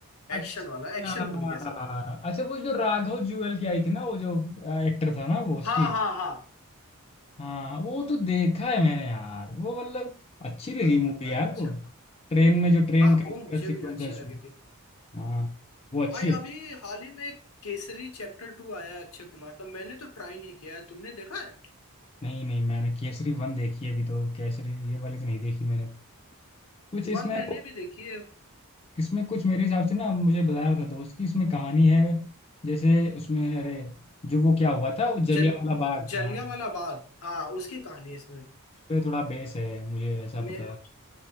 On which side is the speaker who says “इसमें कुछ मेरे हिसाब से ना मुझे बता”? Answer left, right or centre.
Left